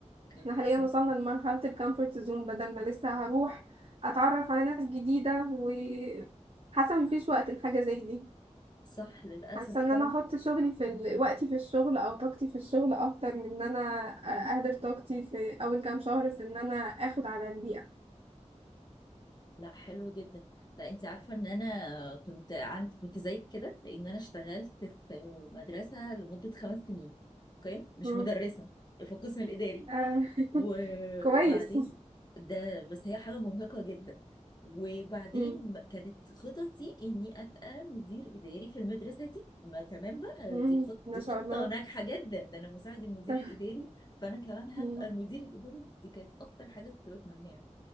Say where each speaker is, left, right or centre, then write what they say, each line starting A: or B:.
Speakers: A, on the left (about 35°); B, on the right (about 50°).
A: ايوه
B: احنا حاليا
A: صح
B: وصلنا لمرحلة الكومفورت زون بدل ما لسه هروح اتعرف على ناس جديدة وحاسة مفيش وقت لحاجة زي دي
A: صح للاسف
B: حاسة ان
A: فعلا
B: انا احط شغلي في ال... وقتي في الشغل او طاقتي في الشغل اكتر من ان انا اهدر طاقتي في اول كام شهر في ان انا اخد على البيئة
A: لا حلو جدا لا انت عارفة ان انا كنت عند كنت زيك كده لان انا اشتغلت في مدرسة لمدة خمس سنين اوكي مش
B: مم.
A: مدرسة في القسم الاداري
B: آه، <laughs>
A: و-
B: كويس
A: وبعدين ده بس هي حاجة مرهقة جدا وبعدين
B: مم.
A: كانت خططي اني ابقى مدير اداري في المدرسه دي ما تمام بقى
B: مم.
A: دي خط
B: ما
A: دي
B: شاء
A: خطه
B: الله
A: ناجحه
B: <laughs>
A: جدا ده انا مساعد المدير
B: طب
A: الاداري فانا كمان هبقى
B: مم.
A: المدير الاداري دي كانت اكتر حاجه كنت بتمناها